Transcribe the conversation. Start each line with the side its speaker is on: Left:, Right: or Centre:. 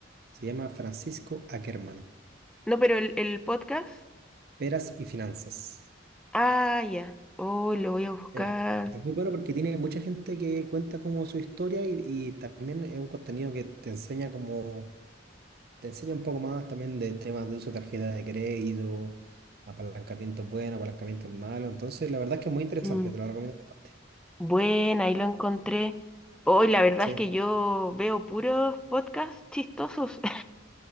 Right: Se llama Francisco Ackerman,
Centre: No, pero el, el podcast.
Right: peras y Finanzas.
Centre: Ah, ya. Oh, lo voy a buscar.
Right: Mira, Es muy bueno porque tiene mucha gente que cuenta como su historia y, y también es un contenido que te enseña como, te enseña un poco más también de temas de uso de tarjeta de crédito, apalancamientos buenos, apalancamientos malos. Entonces, la verdad es que es muy interesante,
Centre: Mm,
Right: te lo recomiendo bastante.
Centre: Bueno, ahí lo encontré. Hoy la verdad
Right: Sí.
Centre: es que yo veo puros podcasts chistosos. <laughs>